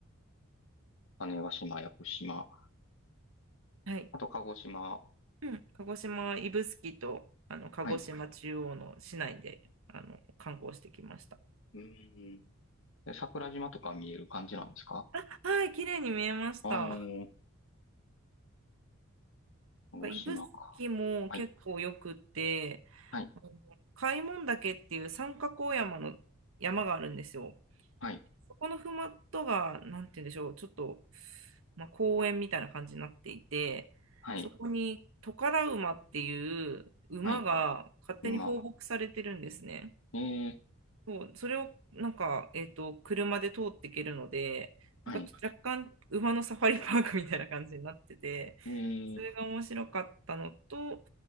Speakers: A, on the left; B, on the right.
A: 種子島、屋久島。
B: はい。
A: あと、鹿児島。
B: うん、鹿児島指宿とあの鹿児島中央の市内であの観光してきました。
A: はい。うーん。で桜島とか見える感じなんですか
B: あ、はい、綺麗に見えました。
A: ああー、
B: な
A: 鹿児島か。
B: んか指宿も結構よくって
A: はい。はい。
B: あの開聞岳っていう三角大山の山があるんですよ。
A: はい。
B: そこのふもとが、なんて言うんでしょう、ちょっと、まあ、公園みたいな感じになっていて、
A: はい。
B: そこにトカラ馬っていう馬が勝手に放牧されてるんですね。
A: はい。今、えー、
B: そう、それをなんか、えっと、車で通っていけるので、なんかちょっと若干馬のサファリパークみたいな感じになってて、
A: はい。えー、
B: それが面白かったのと、